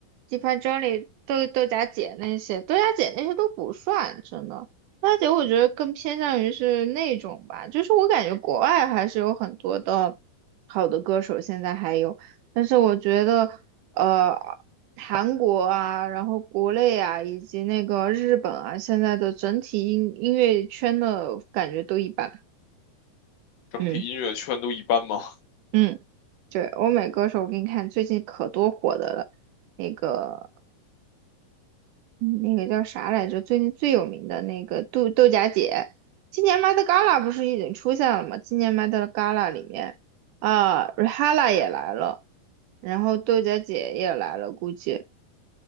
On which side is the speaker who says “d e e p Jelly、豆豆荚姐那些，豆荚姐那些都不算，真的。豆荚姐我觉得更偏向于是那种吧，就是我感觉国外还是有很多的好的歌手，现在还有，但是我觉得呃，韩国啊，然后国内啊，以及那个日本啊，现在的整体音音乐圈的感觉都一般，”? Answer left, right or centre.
Right